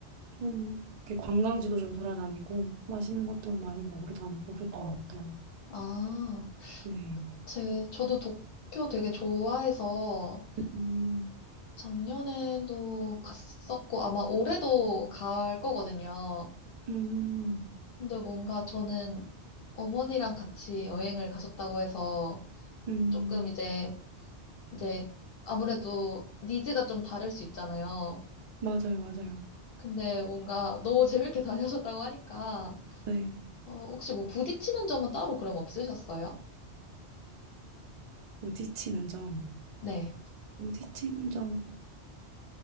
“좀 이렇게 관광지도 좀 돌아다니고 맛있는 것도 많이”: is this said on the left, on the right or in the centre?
Right